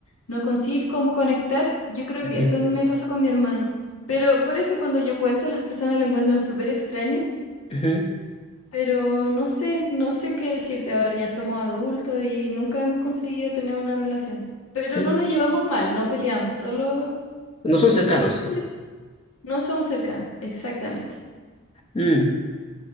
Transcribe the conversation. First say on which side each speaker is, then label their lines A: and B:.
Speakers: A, on the left (about 70°); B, on the left (about 25°).
A: no consigues cómo conectar. Yo creo
B: Ujú,
A: que eso me pasó con mi hermano. Pero por eso cuando yo cuento, las personas lo encuentran súper extraño
B: ujú,
A: pero no sé, no sé qué decirte ahora, ya somos adultos y nunca hemos conseguido tener una relación. Pero
B: sí.
A: no nos llevamos mal, no peleamos, solo,
B: No son cercanos.
A: solo ya s- no somos cercanos, exactamente.
B: Mm.